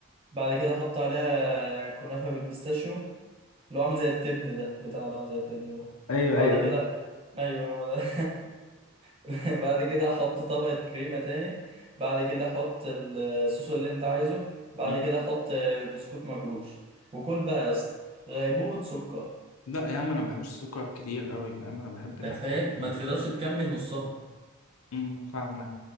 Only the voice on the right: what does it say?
بعد كده احط عليها كنافه بالبيستاشيو اللي هو عامل زي التبن ده بتاع اللي عامل زي التبن ده
بعد
كده
ايوه هو ده <laughs> بعد كده احط طبقه كريمه تاني بعد كده احط الصوص اللي انت عايزه بعد
كده احط بسكوت مجروش وكل بقى يا اسطى غيبوبه سكر
انت
فاهم ما تقدرش تكمل نصها